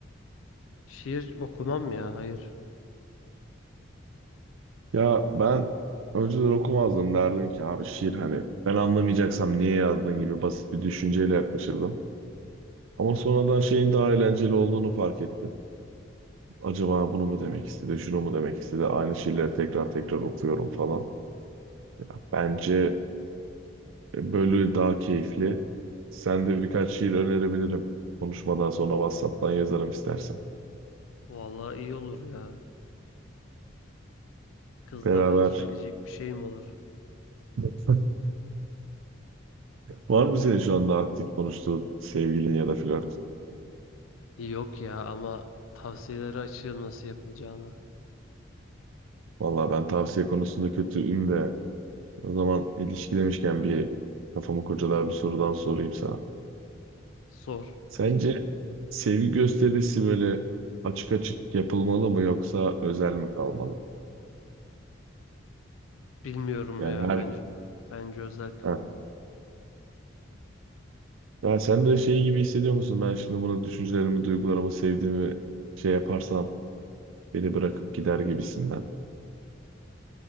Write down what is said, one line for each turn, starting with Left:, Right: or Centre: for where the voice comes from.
Left: Şiir okumam ya hayır.
Right: Ya ben önceden okumazdım derdim ki abi şiir hani ben anlamayacaksam niye yazdın gibi basit bir düşünceyle yaklaşırdım. Ama sonradan şeyin daha eğlenceli olduğunu fark ettim. Acaba bunu mu demek istedi, şunu mu demek istedi? Aynı şiirleri tekrar tekrar okuyorum falan. Ya Bence böyle daha keyifli. Sen de birkaç şiir önerebilirim. Konuşmadan sonra WhatsApp'tan yazarım istersen.
Left: Vallahi iyi olur ya. Kızlara
Right: Beraber.
Left: söyleyecek bir şeyim olur.
Right: <laughs> Var mı senin şu anda aktif konuştuğun sevgilin ya da flört?
Left: Yok ya ama tavsiyeleri açığım nasıl yapılacağını.
Right: Valla ben tavsiye konusunda kötüyüm de O zaman ilişki demişken bir kafamı kurcalayan bir sorudan sorayım sana.
Left: Sor.
Right: Sence sevgi gösterisi böyle açık açık yapılmalı mı yoksa özel mi kalmalı?
Left: Bilmiyorum
Right: Yani
Left: ya
Right: her...
Left: bence bence özel kalmalı.
Right: Ha. Ya sen de şey gibi hissediyor musun? Ben şimdi buna düşüncelerimi, duygularımı, sevdiğimi şey yaparsam beni bırakıp gider gibisinden.